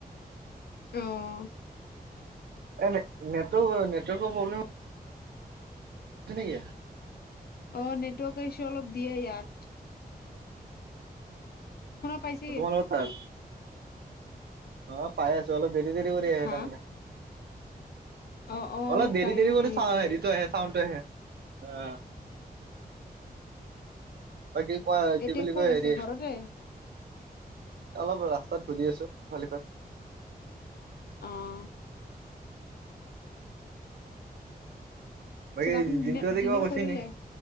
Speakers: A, on the left (about 80°); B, on the right (about 85°).
A: অঁ।
B: এ' নেটৰ্ৱক নেটৱৰ্ক নেটৱৰ্কৰ প্ৰব্লেম শনেকিয়ে <unintelligible>
A: অ নেটৱৰ্কৰ ইচু অলপ দিয়ে ইয়াত। শুনা পাইছে
B: আপোনালোকৰ তাত? অ পাই আছো অলপ দেৰি দেৰি কৰি আহে
A: হা
B: তাৰমানে।
A: অ অ
B: অলপ দেৰি
A: টাইম
B: - দেৰি কৰি
A: হেৰি
B: চা
A: লাগে
B: হেৰিতটো আহে চাউনটো আহে। অঁ। বাকী কোৱা
A: এতিয়া
B: কি বুলি
A: ক'ত
B: কয় হেৰি।
A: আছে ঘৰতে
B: অলপ ৰাস্তাত ঘূৰি আছো ইফাল সিফাল।
A: অহ। পিছত
B: বাকী
A: আপুনি
B: দিনটো
A: ডিনা
B: এতে
A: ডিনাৰ
B: কিবা কৈছে
A: কৰিলে
B: নে নাই